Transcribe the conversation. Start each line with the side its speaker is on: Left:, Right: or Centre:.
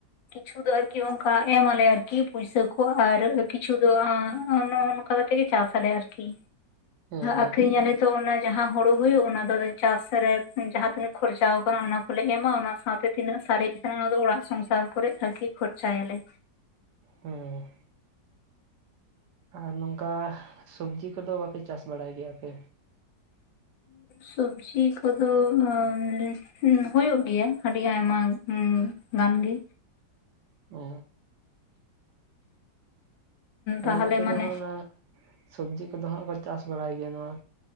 Left: ᱠᱤᱪᱷᱩ ᱫᱚ ᱟᱨᱠᱤ ᱚᱱᱠᱟ ᱮᱢ ᱟᱞᱮ ᱟᱨᱠᱤ ᱯᱩᱭᱥᱟᱹ ᱠᱚ ᱟᱨ ᱠᱤᱪᱷᱩ ᱫᱚ <unintelligible> ᱚᱱᱠᱟ ᱠᱟᱛᱮ ᱪᱟᱥ ᱟᱞᱮ ᱟᱨᱠᱤ,
Right: ᱦᱮᱸ ᱦᱮᱸ
Left: ᱟᱠᱷᱨᱤᱧ ᱟᱞᱮ ᱛᱚ ᱚᱱᱟ ᱡᱟᱦᱟ ᱦᱩᱲᱩ ᱦᱩᱭᱩᱜ ᱚᱱᱟ ᱫᱚ ᱪᱟᱥ ᱨᱮ ᱡᱟᱦᱟᱸ ᱛᱤᱱᱟᱹᱜ ᱠᱷᱚᱨᱪᱟ ᱟᱠᱟᱱᱟ ᱚᱱᱟ ᱠᱚᱞᱮ ᱮᱢᱟ ᱚᱱᱟ ᱥᱟᱶᱛᱮ ᱛᱤᱱᱟᱹᱜ ᱥᱟᱨᱮᱡ ᱛᱟᱦᱮᱸ ᱚᱱᱟ ᱫᱚ ᱚᱲᱟᱜ ᱥᱚᱝᱥᱟᱨ ᱠᱚᱨᱮ ᱟᱨᱠᱤ ᱠᱷᱚᱨᱪᱟᱭ ᱟᱞᱮ᱾
Right: ᱦᱩᱸ ᱟᱨ ᱱᱚᱝᱠᱟ ᱥᱚᱵᱡᱤ ᱠᱚᱫᱚ ᱵᱟᱯᱮ ᱪᱟᱥ ᱵᱟᱲᱟᱭ ᱜᱮᱭᱟ ᱟᱯᱮ?
Left: ᱥᱚᱵᱡᱤ ᱠᱚᱫᱚ ᱟᱸᱻ ᱦᱩᱸ ᱦᱩᱭᱩᱜ ᱜᱮᱭᱟ ᱟᱹᱰᱤ ᱟᱭᱢᱟ ᱜᱟᱱ ᱜᱮ
Right: ᱚᱻ ᱟᱞᱮ
Left: ᱛᱟᱦᱚᱞᱮ
Right: ᱱᱚᱛᱮ ᱫᱚ
Left: ᱢᱟᱱᱮ
Right: ᱦᱟᱸᱜ ᱚᱱᱟ ᱥᱚᱵᱡᱤ ᱠᱚᱫᱚ ᱦᱟᱸᱜ ᱠᱚ ᱪᱟᱥ ᱵᱟᱲᱟᱭ ᱜᱮᱭᱟ ᱱᱚᱣᱟ